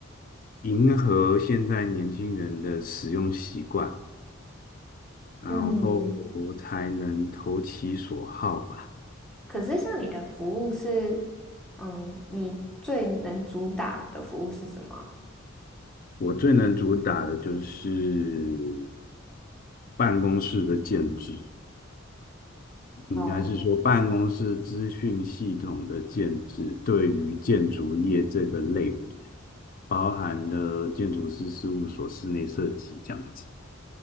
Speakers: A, on the left (about 40°); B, in the centre.
A: 迎合现在年轻人的使用习惯，然后才能投其所好吧。
B: 嗯，可是像你的服务是，嗯，你最能主打的服务是什么啊
A: 我最能主打的就是办公室的建制。应该是说办公室资讯系统的建制对于建筑业这个类别。
B: 哦，
A: 包含了建筑师事务所室内设计这样子。